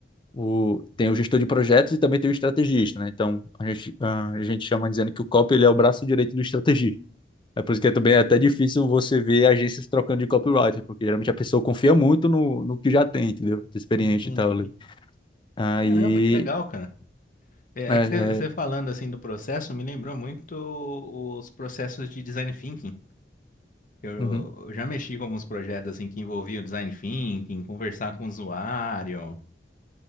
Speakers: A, on the left; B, on the left.
A: o, tem o gestor de projetos e também tem o estrategista, né? Então, a gente, ah, a gente chama dizendo que o copy ele é o braço direito do estrategista. É por isso que é também é até difícil você ver agências trocando de copywriter, porque geralmente a pessoa confia muito no, no que já tem, entendeu? De experiente
B: Entendi.
A: e tal. ali. Aí,
B: Caramba, que legal, cara. É,
A: é,
B: é que você você
A: é,
B: falando assim do processo me lembrou muito os processos de design thinking. Eu
A: uhum.
B: eu já mexi com alguns projetos assim que envolviam design thinking, conversar com o usuário,